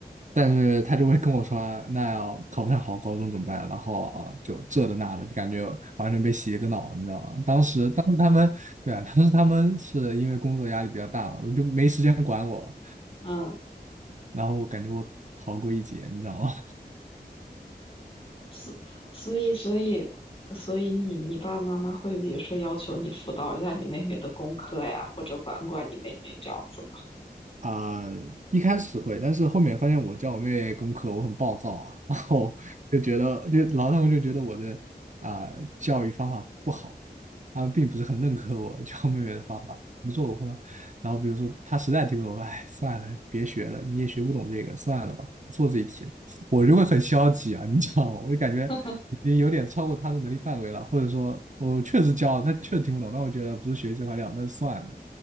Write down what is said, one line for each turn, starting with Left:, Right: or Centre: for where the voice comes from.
Right: 但是他就会跟我说啊那要考不上好高中怎么办？然后啊，就这的那的，就感觉完全被洗了个脑，你知道吗？当时，当时他们，对啊，当时他们是因为工作压力比较大嘛，就没时间管我，
Left: 嗯，
Right: 然后感觉我逃过一劫，你知道吗？
Left: 所所以所以所以你你爸爸妈妈会比如说要求你辅导一下你妹妹的功课呀，或者管管你妹妹这样子吗？
Right: 啊、一开始会，但是后面发现我教我妹妹功课，我很暴躁啊，然后就觉得，就然后他们就觉得我的啊、教育方法不好，他们并不是很认可我教妹妹的方法。比如说我会，然后比如说她实在听不懂，我说哎，算了，别学了，你也学不懂这个，算了吧，不做这一题了。我就会很消极啊，你知道吗？我就感觉已经有点超过她的能力范围了，
Left: <laughs>
Right: 或者说我确实教，了，她确实听不懂，那我觉得不是学习这块料，那就算了。